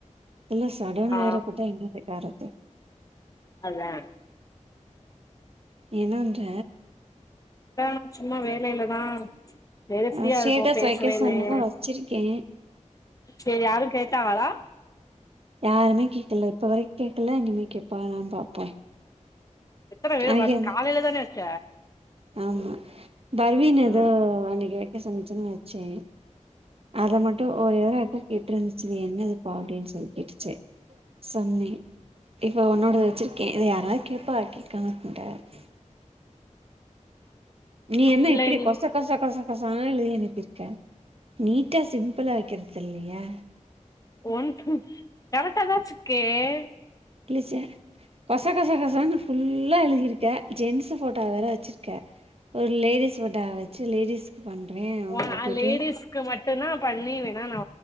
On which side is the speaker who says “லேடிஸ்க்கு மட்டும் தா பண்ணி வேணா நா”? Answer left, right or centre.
Left